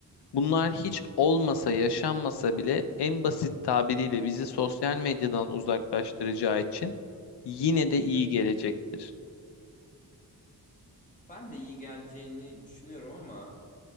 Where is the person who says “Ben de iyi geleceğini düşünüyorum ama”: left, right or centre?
Left